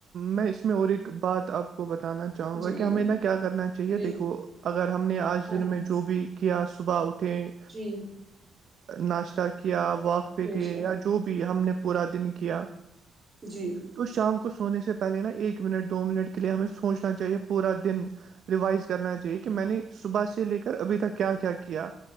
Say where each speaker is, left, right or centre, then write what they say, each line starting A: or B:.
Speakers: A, on the right; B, on the right.
A: میں اس میں اور ایک بات آپ کو بتانا چاہوں
B: جی
A: گا کہ ہمیں نہ کیا کرنا چاہیے
B: جی
A: دیکھو اگر ہم نے آج
B: ہاں
A: دن
B: جی
A: میں جو بھی کہ صبح اٹھیں
B: جی
A: ناشتہ کیا واک پہ
B: بے
A: گئے
B: شک
A: یا جو بھی ہم نے پورا دن کیا
B: جی
A: تو شام کو سونے سے پہلے نا ایک منٹ دو منٹ کے لیے ہمیں سوچنا چاہیے پورا دن ریوائز کرنا چاہیے کہ میں نے صبح سے لے کر ابھی تک کیا کیا کیا